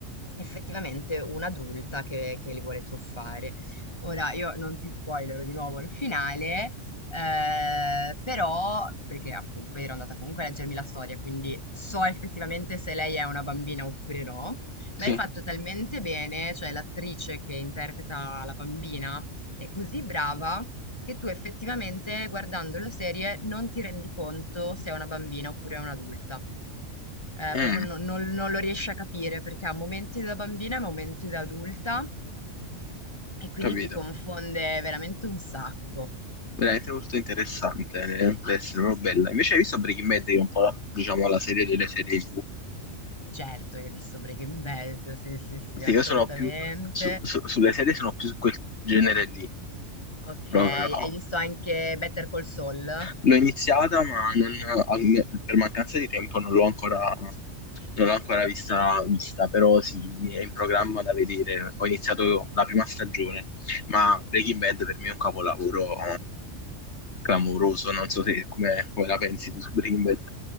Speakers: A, on the left; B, on the left.
A: effettivamente un'adulta che, che li vuole truffare. Ora, io non ti spoilerò di nuovo il finale. eh, però, perché appunto poi ero andata comunque a leggermi la storia, quindi so effettivamente se lei è una bambina oppure no,
B: sì.
A: ma è fatto talmente bene, cioè l'attrice che interpreta la bambina, è così brava che tu effettivamente guardando la serie non ti rendi conto se è una bambina oppure è un'adulta. Eh,
B: Mm,
A: proprio no- non, non lo riesci a capire perché ha momenti da bambina e momenti da adulta e quindi
B: capito.
A: ti confonde veramente un sacco.
B: Veramente molto interessante, eh, deve essere proprio bella. Invece hai visto Breaking Bad, che è un po' la, diciamo, la serie delle serie TV?
A: Certo che hai visto Breaking Bad, sì, sì, sì,
B: Perché
A: assolutamente.
B: io sono più... su- su- sulle serie sono più su quel genere lì.
A: Ok,
B: Proprio,
A: hai
B: no.
A: visto anche Better Call Saul?
B: L'ho iniziata, ma non- al- per mancanza di tempo non l'ho ancora, non l'ho ancora vista, vista, però sì, è in programma da vedere. Ho iniziato la prima stagione, ma Breaking Bad per me è un capolavoro clamoroso. Non so se come, come la pensi tu su Breaking Bad.